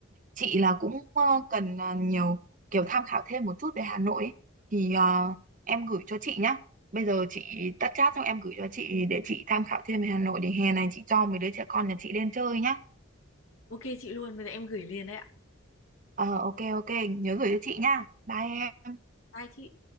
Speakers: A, on the right; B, on the left.
A: chị là cũng ờ, cần à, nhiều kiểu tham khảo thêm một chút về Hà Nội ấy. thì ờ, em gửi cho chị nhá bây giờ chị tắt chat xong em gửi cho chị để chị tham khảo thêm về Hà Nội để hè này chị cho mấy đứa trẻ con nhà chị lên chơi nhá
B: ok chị luôn bây giờ em gửi liền đấy ạ
A: ờ ok ok nhớ gửi cho chị nhá bye em
B: bye chị